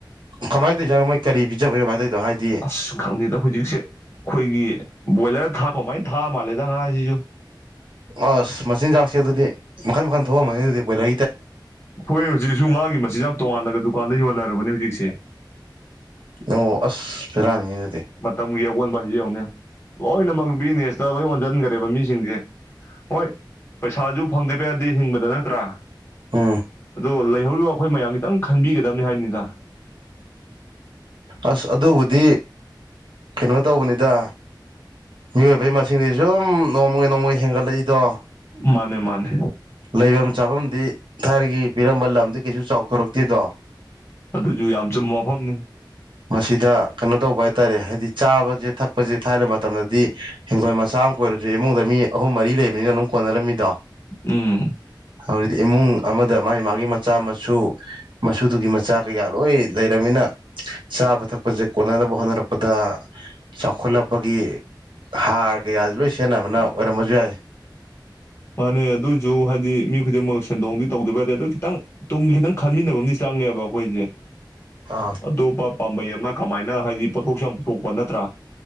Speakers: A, on the right; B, on the left.
A: ꯀꯃꯥꯏꯅ ꯇꯧꯔꯤꯖꯥꯠꯅꯣ ꯃꯣꯏ ꯀꯔꯤ ꯄꯤꯖꯕꯩꯅꯣ ꯃꯥꯏ ꯇꯧꯏꯗꯣ ꯍꯥꯏꯗꯤ
B: ꯑꯁ ꯈꯪꯗꯦꯗ ꯍꯧꯖꯤꯛꯁꯦ ꯑꯩꯈꯣꯏꯒꯤ ꯕꯣꯏꯂꯔ ꯊꯥꯛꯄ ꯀꯃꯥꯏꯅ ꯊꯥ ꯃꯥꯜꯂꯦꯗ ꯉꯥꯁꯤꯁꯨ
A: ꯑꯁ ꯃꯆꯤꯟꯖꯥꯛꯁꯦ ꯑꯗꯨꯗꯤ ꯃꯈꯟ ꯃꯈꯟ ꯊꯣꯛꯑꯝꯃꯅꯤ ꯑꯗꯨꯗꯤ ꯀꯣꯏꯂ
B: ꯍꯣꯏ ꯍꯧꯖꯤꯛꯁꯨ ꯃꯥꯒꯤ ꯃ ꯃꯆꯤꯟꯖꯥꯛ ꯇꯣꯉꯥꯟꯅꯒ ꯗꯨꯀꯥꯟꯗ ꯌꯣꯜꯅꯔꯕꯅꯦ ꯍꯧꯖꯤꯛꯁꯦ
A: ꯑꯣ ꯑꯁ ꯕꯦꯔꯥꯅꯤ ꯑꯗꯨꯗꯤ
B: ꯃꯇꯝꯒꯤ ꯑꯑꯣꯟ ꯕꯁꯦ ꯌꯥꯎꯅꯦ ꯂꯣꯏꯅꯃꯛ ꯕꯤꯖꯤꯅꯦꯁꯇ ꯂꯣꯏ ꯑꯣꯟꯁꯤꯟꯈꯔꯦꯕ ꯃꯤꯁꯤꯡꯁꯦ ꯍꯣꯏ ꯄꯩꯁꯥ ꯁꯨ ꯐꯪꯗꯦꯕ ꯌꯥꯗꯤ ꯍꯤꯡꯕꯗ ꯅꯠꯇ꯭ꯔꯥ
A: ꯎꯝ
B: ꯑꯗꯨ ꯍꯧꯔꯤꯕ ꯑꯩꯈꯣꯏ ꯃꯌꯥꯝ ꯈꯤꯇꯪ ꯈꯟꯕꯤꯒꯗꯕꯅꯤ ꯍꯥꯏꯅꯤꯗ
A: ꯑꯁ ꯑꯗꯨꯕꯨꯗꯤ ꯀꯩꯅꯣ ꯇꯧꯕꯅꯤꯗ ꯃꯤꯑꯣꯏꯕꯩ ꯃꯁꯤꯡꯗꯤ ꯁꯨꯝ ꯅꯣꯡꯃꯒꯒꯤ ꯅꯣꯡꯃꯒꯤ ꯍꯦꯟꯒꯠꯂꯛꯏꯗꯣ
B: ꯃꯥꯅꯦ ꯃꯥꯅꯦ
A: ꯂꯩꯐꯝ ꯆꯥꯐꯝꯗꯤ ꯊꯥꯏꯅꯒꯤ ꯄꯤꯔꯝꯕ ꯂꯝꯗꯤ ꯀꯩꯁꯨ ꯆꯥꯎꯊꯣꯔꯛꯇꯦꯗꯣ
B: ꯑꯗꯨꯁꯨ ꯌꯥꯝ ꯆꯨꯝꯕ ꯃꯐꯝꯅꯤ
A: ꯃꯁꯤꯗ ꯀꯩꯅꯣ ꯇꯧꯕ ꯍꯥꯏꯇꯥꯔꯦ ꯍꯥꯏꯗꯤ ꯆꯥꯕꯁꯦ ꯊꯛꯄꯁꯦ ꯊꯥꯏꯕ ꯃꯇꯝꯗꯗꯤ ꯍꯤꯡꯒꯣꯜ ꯃꯆꯥ ꯑꯃ ꯀꯣꯏꯔꯁꯨ ꯏꯃꯨꯡꯗ ꯃꯤ ꯑꯍꯨꯝ ꯃꯔꯤ ꯂꯩꯕꯅꯤꯅ ꯑꯗꯨꯝ ꯀꯣꯟꯅꯔꯝꯃꯤꯗꯣ
B: ꯎꯝ
A: ꯍꯧꯖꯤꯛꯇꯗꯤ ꯏꯃꯨꯡ ꯑꯃꯗ ꯃꯥꯒꯤ ꯃꯥꯒꯤ ꯃꯆꯥ ꯃꯁꯨ ꯃꯁꯨꯗꯨꯒꯤ ꯃꯆꯥ ꯀꯌꯥ ꯂꯣꯏ ꯂꯩꯔꯕꯃꯤꯅ ꯆꯥꯕ ꯊꯛꯄꯁꯦ ꯀꯣꯟꯅꯅꯕ ꯍꯣꯠꯅꯔꯛꯄꯗ ꯆꯥꯎꯈꯠꯂꯛꯄꯒꯤ ꯍꯥꯔ ꯀꯌꯥꯁꯦ ꯂꯣꯏ ꯁꯦꯟꯅꯕꯅ ꯑꯣꯏꯔꯝꯕꯁꯨ ꯌꯥꯏ
B: ꯃꯥꯅꯦ ꯑꯗꯨꯑꯣꯏꯁꯨ ꯍꯥꯏꯗꯤ ꯃꯤ ꯈꯨꯗꯤꯡꯃꯛ ꯁꯦꯟꯗꯣꯡꯗꯤ ꯇꯧꯗꯕ ꯌꯥꯗꯦ ꯑꯗꯨ ꯈꯤꯇꯪ ꯇꯨꯡꯒꯤ ꯈꯤꯇꯪ ꯈꯟꯃꯤꯟꯅꯕ ꯑꯃꯗꯤ ꯆꯪꯉꯦꯕ ꯑꯩꯈꯣꯏꯁꯦ
A: ꯑꯥ
B: ꯑꯇꯣꯞꯄ ꯄꯥꯝꯕꯩ ꯑꯃ ꯀꯃꯥꯏꯅ ꯍꯥꯏꯗꯤ ꯄꯣꯠꯊꯣꯛꯁꯨ ꯌꯥꯝ ꯄꯨꯊꯣꯛꯄ ꯅꯠꯇ꯭ꯔꯥ